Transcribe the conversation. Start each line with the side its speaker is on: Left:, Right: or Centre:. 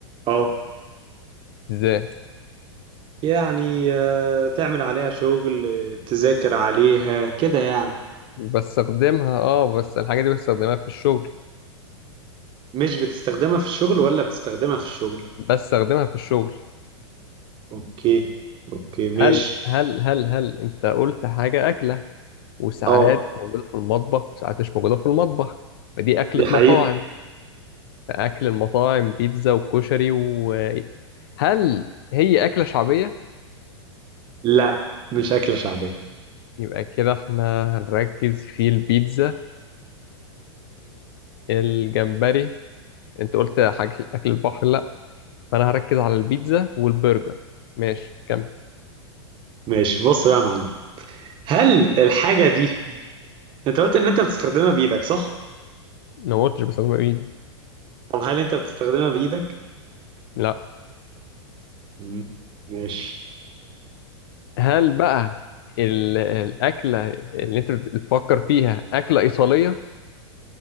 Right: اه
Left: ازاي
Right: يعني آه، تعمل عليها شغل آه، تذاكر عليها كده يعني
Left: بستخدمها اه بس الحاجة دي بستخدمها في الشغل
Right: مش بتستخدمها في الشغل ولا بتستخدمها في الشغل
Left: بستخدمها في الشغل
Right: اوكي اوكي ماشي
Left: هل هل هل هل انت قلت حاجة أكلة وساعات
Right: اه
Left: موجودة في المطبخ وساعات مش موجودة في المطبخ فدي أكلة
Right: دي حقيقة
Left: مطاعم فأكل المطاعم بيتزا وكشري و هل هي أكلة شعبية؟
Right: لا مش أكلة شعبية
Left: يبقى كده احنا هنركز في البيتزا والجمبري انت قلت حاجة اكل البحر لا فانا هركز على البيتزا والبرجر ماشي كمل
Right: ماشي بص بقى يا معلم هل الحاجة دي انت قلت ان انت بتستخدمها بإيدك صح؟
Left: أنا ما قلتش بستخدمها بايدي
Right: طب هل انت بتستخدمها بإيدك؟
Left: لا
Right: مم، ماشي
Left: هل بقى ال- الاكله اللي انت بتفكر فيها اكله ايطاليه